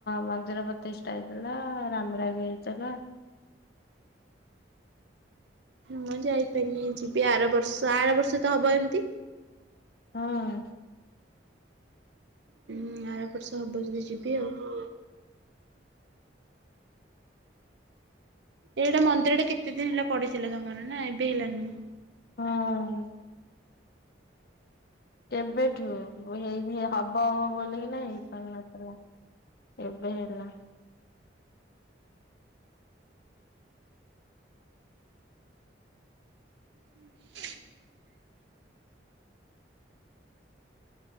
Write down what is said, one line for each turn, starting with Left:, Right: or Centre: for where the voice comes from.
Left: ମନ୍ଦିର ପ୍ରତିଷ୍ଠା ହେଇଥିଲା। ରାମରାବି ହେଇଥିଲା।
Right: ମୁଁ ଯାଇପାଇଲିନି ଯିବି। ଆର ବର୍ଷ ଆର ବର୍ଷ ତ ହେବ ଏମିତି।
Left: ହଁ।
Right: ହୁଁ ଆର ବର୍ଷ ହେବ ଯଦି ଯିବି ଆଉ। ଏଇଟା ମନ୍ଦିର ଟା କେତେ ଦିନ ହେଲା ପଡିଥିଲା ତମର ନା ଏବେ ହେଲା ନୁ।
Left: ହଁ। କେବେଠୁ ଏହିଭଳିଆ ହବ ହବ ବୋଲି ହେଇପାରୁନଥିଲା। ଏବେ ହେଲା।
Right: <inaudible>